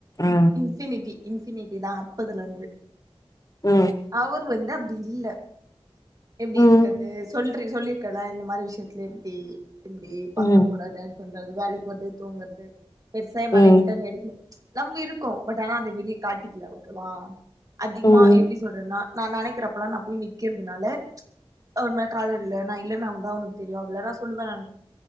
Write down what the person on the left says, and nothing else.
அ
ம்
ம்,
ம்,
ம்,
ம்,